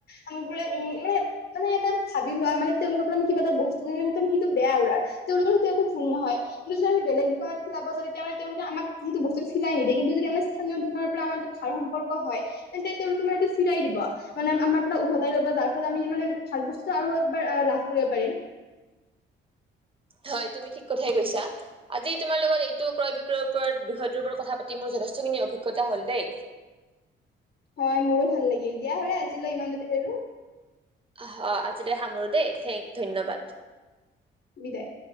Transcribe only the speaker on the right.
হয় তুমি ঠিক কথাই কৈছা। আজি তোমাৰ লগত এইটো ক্ৰয় বিক্ৰয়ৰ ওপৰত বিষয়টোৰ ওপৰত কথা পাতি মোৰ যথেষ্টখিনি অভিজ্ঞতা হ'ল দেই।
অ' আজিলৈ সামৰো দেই, থেংক- ধন্যবাদ।